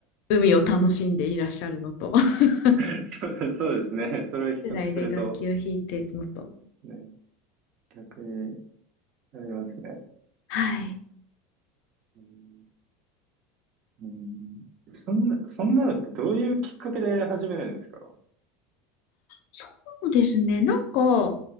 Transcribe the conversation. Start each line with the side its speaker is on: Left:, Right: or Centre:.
Left: 海を楽しんでいらっしゃるのと、<laughs>
Right: <laughs>、そうそうですね。それを比較すると、
Left: 室内で楽器を弾いているのと。
Right: ね、逆になりますね。
Left: はい。
Right: うん、うんそんな、そんなのってどういうきっかけで始めるんですか
Left: そうですね。なんか、